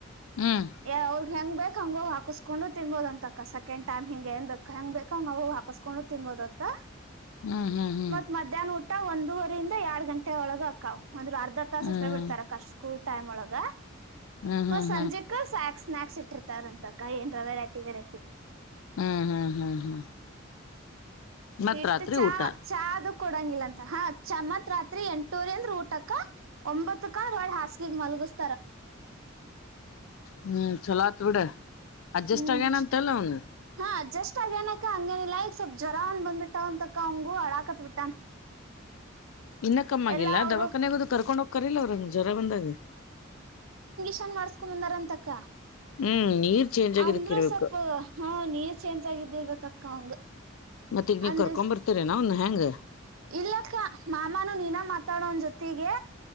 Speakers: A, on the left (about 80°); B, on the right (about 80°).
A: ಹ್ಮ್
B: ಯ ಅವ್ರ ಹೆಂಗ್ ಬೆ ಹಂಗ ಹಾಕಸ್ಕೊಂಡು ತಿನ್ಬಹುದ ಅಂತಕ್ಕ ಸೆಕಂಡ್ ಟೈಮ್ ಹಿಂಗ ಏನ್ರ ಹೆಂಗ್ ಬೇಕ್ ಹಂಗ ಹಾಕಸ್ಗೊಂಡು ತಿನ್ಬೋದಂತ.
A: ಹ್ಮ್ ಹ್ಮ್ ಹ್ಮ್
B: ಮತ್ ಮಧ್ಯಾಹ್ನ ಊಟ್ ಒಂದೂವರಿಂದ ಎರಡ್ ಗಂಟೆ ಒಳಗ ಅಕ್ಕಾವ್. ಅಂದ್ರ ಅರ್ಧ ತಾಸ
A: ಹ್ಮ್
B: ಅಷ್ಟ ಬಿಡ್ತಾರೆ ಅಕ್ಕಾ ಸ್ಕೂ ಟೈಮೊಳಗ
A: ಹ್ಮ್ ಹ್ಮ್
B: ಮ
A: ಹ್ಮ್
B: ಸಂಜಿಕ ಸ್ಯಾಕ್ಸ್ ಸ್ನಾಕ್ಸ್ ಇಟ್ಟಿರ್ತಾರಂತಕ್ಕಾ ಏನರ ವೆರೈಟಿ ವೆರೈಟಿ.
A: ಹ್ಮ್ ಹ್ಮ್ ಹ್ಮ್ ಹ್ಮ್ ಮತ್ತ್
B: ಇಟ್ಟು
A: ರಾತ್ರಿ
B: ಚಾ
A: ಊಟ
B: <unintelligible> ಕೊಡಂಗಿಲ್ಲ ಅಂತ್ ಹಾ ಚಮತ್ <unintelligible> ರಾತ್ರಿ ಎಂಟೂವರೀ ಅಂದ್ರ ಊಟ ಆಗ್ ಕ ಒಂಬತ್ತಕಂದ್ರ <unintelligible> ಹೊಳ್ಳಿ ಹಾಸಗಿಗೆ ಮಲಗಸ್
A: ಹ್ಮ್ ಚುಲೋ ಆತ್ ತ ಬಿಡ್ <unintelligible> ಅಡ್ಜಸ್ಟ್
B: ಹ್ಮ್
A: ಆಗ್ಯನ ಅಂತಲ್ಲ ಅವನು
B: ಹಾ ಜಸ್ಟ್ ಅಗ ಏನಕ ಹಂಗೇನಿಲ್ಲಾ ಈಗ ಸ್ವಲ್ಪ್ ಜ್ವರ ಒಂದ ಬಂದ್ಬಿಟ್ಟಾವಂತಕ್ಕಾ ಅವಂಗು ಅಳಾಕತ್ ಬಿಟ್ಟಾನ
A: ಇನ್ನ ಕಮ್ಮ ಆಗಿಲ್ಲ
B: ಎಲ್ಲಾ ಅವರು
A: ದವಾಖಾನ್ಯಾಗದು ಕರ್ಕೊಂಡ್ ಹೋಕ್ಕಾರಿಲ್ಲವ್ರ <unintelligible> ಹಿಂಗ ಜ್ವರ ಬಂದಾಗ
B: ನ್ ಮಾಡಸ್ಕೊಂಡು ಬಂದಾರ ಅಂತಕ್ಕ
A: ಹ್ಮ್ ನೀರ್ ಚೇಂಜ್ ಆಗಿದಕ್
B: ಅಂದ್ರ
A: ಇರ್ಬೇಕು
B: ಸ್ವಲ್ಪ ಹಾ ನೀರ್ ಚೇಂಜ್ ಆಗಿದ್ದಿರ್ಬೇಕಕ್ಕ ಅಂಗ
A: ಮತ್ತ ಈಗ ನೀವ್
B: ಅಂದ್ರ
A: ಕರ್ಕೊಂಡ್ ಬರ್ತರೇನ ಅವ್ನ್ ಹೆಂಗ
B: ಇಲ್ಲಕ್ಕ ಮಾಮಾನೂ <unintelligible> ನೀನ ಮಾ ತಾಡ <unintelligible> ಅವನ್ ಜೊತಿಗೆ